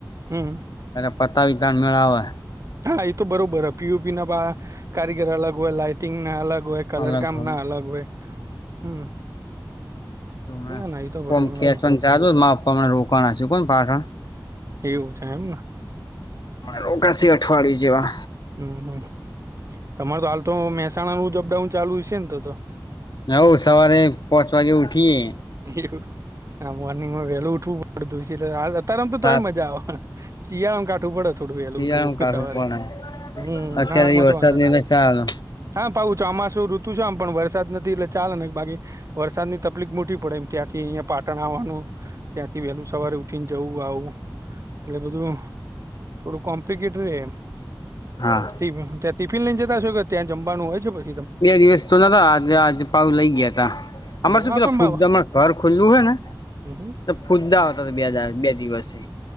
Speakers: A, on the right; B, on the left.
A: હમ.
B: અને પતાવી તણ મેળ આવે
A: હા એ તો બરોબર હે પીયુપીના પણ કારીગર અલગ હોય લાાઈટિંગના અલગ હોય કલર
B: અલગ
A: કામના
B: હવે
A: અલગ હોય હમ
B: <unintelligible>
A: ના ના એ તો
B: કોમ
A: બરોબર
B: ખેંચવા
A: બરોબર.
B: ને ચાલુ માપમને રોકાવાના છે, કોણ પાછણ
A: એવું છે, એમને
B: રોકાસી અઠવાડિ જેવા
A: હમ હમ તમાર તો હાલ તો મહેસાણા નુ જ અપડાઉન ચાલુ છે, ને તો તો
B: હવ સવારે પચ વાગે ઉઠીયએ
A: એવું મોર્નિંગમાં વેલું ઉઠવું પડુ <unintelligible> થોડી
B: સાત
A: મજા આવે શિયા <unintelligible> કાઠું પડત થોડું વેલું
B: શિયાળું
A: ઉઠવુ
B: કાઢવું
A: સવારે
B: પડે
A: હમ
B: અત્યારે
A: નાણાં માં
B: વરસાદ
A: તો વાંધો
B: ની
A: ના
B: ચાલ
A: હા પાવું છો આમાં શું ઋતુ છે, આમ પણ વરસાદ નથી એટલે ચાલે ને બાકી વરસાદની તકલીફ મોટી પડે એમ ત્યાંથી અહિયા પાટણ આવવાનું ત્યાંથી વહેલું સવારે ઉઠી ને જવું આવું એટલે બધું થોડું કોમ્પ્લિકેટડ એમ
B: હા.
A: ત્યાં ટિફિન લઈ જતાંો કે્યાં જમવાનું હોય છે ભાય.
B: બે દિવસ તો ન આજે આજ પાઉ લઈ ગયા ત અમાર
A: એવું
B: શું
A: હા
B: પેલા
A: પણ
B: ફુ
A: બાબા
B: ઘર ખુલ્લું હૈ ને
A: હમ હમ.
B: ફુદદા હતા બે બે દિવસે